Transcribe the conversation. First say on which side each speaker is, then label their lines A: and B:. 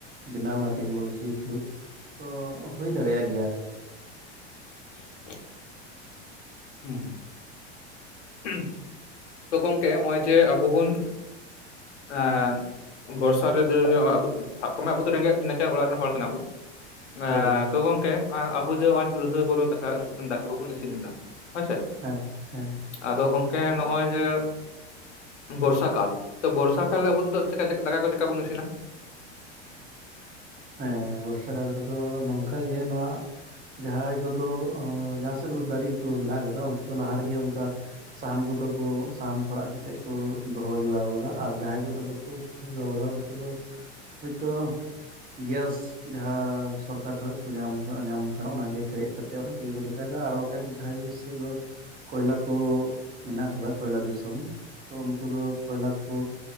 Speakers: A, on the right; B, on the left.
A: ᱵᱮᱱᱟᱣ ᱠᱟᱱᱟ ᱴᱮᱠᱱᱳᱞᱚᱡᱤ ᱡᱩᱜᱽ ᱛᱚ ᱦᱩᱭ ᱫᱟᱲᱮᱭᱟᱜ ᱜᱮᱭᱟ᱾
B: <inaudible> <unintelligible> ᱦᱩᱸ ᱛᱚ ᱜᱚᱝᱠᱮ ᱚᱸᱜ-ᱚᱭ ᱡᱮ ᱟᱵᱚ ᱵᱚᱱ ᱮᱻ᱾ ᱵᱚᱨᱥᱟ ᱨᱮ ᱫᱟᱹᱲ <unintelligible> ᱥᱟᱵ ᱠᱟᱜ ᱢᱮ ᱟᱵᱩ ᱫᱚ ᱨᱮᱸᱜᱮᱡ ᱱᱟᱪᱟᱨ ᱚᱲᱟᱜ ᱨᱮᱱ ᱦᱚᱲ ᱠᱟᱱᱟ ᱵᱩᱱ᱾ ᱮᱻ
A: ᱦᱳᱭ
B: ᱛᱚ ᱜᱚᱝᱠᱮ ᱟᱵᱚ ᱡᱮ ᱚᱸᱜ-ᱚᱭ ᱪᱩᱞᱦᱟᱹ ᱠᱚᱨᱮ ᱫᱟᱠᱟ ᱫᱟᱠᱟ ᱠᱚᱵᱚᱱ ᱤᱥᱤᱱ ᱮᱫᱟ ᱦᱳᱭ ᱥᱮ᱾
A: ᱦᱮᱸ ᱦᱮᱸ᱾
B: ᱟᱫᱚ ᱜᱚᱢᱠᱮ ᱱ ᱚᱸᱜ-ᱚᱭ ᱡᱮ ᱵᱚᱨᱥᱟ ᱠᱟᱞ ᱛᱚ ᱵᱚᱨᱥᱟ ᱠᱟᱞ ᱨᱮ ᱟᱵᱚ ᱱᱤᱛᱚᱜ ᱪᱮᱠᱟ ᱫᱟᱠᱟ ᱠᱚ ᱪᱮᱠᱟ ᱵᱚᱱ ᱤᱥᱤᱱᱟ᱾
A: ᱦᱮᱸ ᱵᱚᱨᱥᱟ ᱠᱟᱞ ᱨᱮᱫᱚ ᱱᱚᱝᱠᱟ ᱜᱮ ᱱᱚᱣᱟ᱾ ᱡᱟᱸᱦᱟᱭ ᱠᱚᱫᱚ ᱡᱟᱸᱦᱟ ᱥᱮᱫ ᱫᱚ ᱫᱟᱨᱤ ᱠᱩ ᱢᱮᱱᱟᱜ ᱠᱟᱫᱟ ᱚᱱᱛᱮ ᱫᱚ ᱞᱟᱦᱟ ᱨᱮᱜᱮ ᱚᱱᱠᱟ᱾ ᱥᱟᱦᱟᱱ ᱠᱚᱫᱚ ᱠᱩ ᱥᱟᱦᱟᱱ ᱯᱟᱲᱟᱜ ᱠᱟᱛᱮ ᱠᱩ ᱫᱚᱦᱚ ᱡᱚᱜᱟᱣ ᱠᱟᱫᱟ ᱟᱨ ᱡᱟᱸᱦᱟᱭ ᱠᱚᱫᱚ ᱵᱟᱠᱩ᱾ <unintelligible> ᱡᱩᱜᱟᱣ ᱠᱟᱫᱟ ᱩᱱᱠᱩ ᱫᱚ ᱦᱚᱭᱛᱚ᱾ ᱜᱮᱥ᱾ ᱡᱟᱸᱦᱟ ᱥᱚᱨᱠᱟᱨ ᱠᱷᱚᱡ ᱠᱩ ᱧᱟᱢ ᱠᱟᱜ-ᱟ ᱧᱟᱢ ᱠᱟᱱᱟ ᱚᱱᱟᱜᱮ ᱯᱮᱨᱮᱡ ᱠᱟᱛᱮ ᱚᱱᱟ ᱛᱮᱜᱮ ᱠᱩ ᱫᱟᱠᱟᱭᱫᱟ ᱟᱨ ᱵᱟᱠᱷᱟᱡ ᱫᱚ ᱡᱟᱦᱟᱸᱭ᱾ ᱛᱮᱫᱚ᱾ ᱠᱚᱭᱞᱟ ᱠᱩ ᱢᱮᱱᱟᱜ ᱠᱟᱫᱟ ᱠᱚᱭᱞᱟ ᱫᱤᱥᱚᱢ ᱛᱚ ᱩᱱᱠᱩ ᱫᱚ ᱠᱚᱭᱞᱟ ᱠᱩ᱾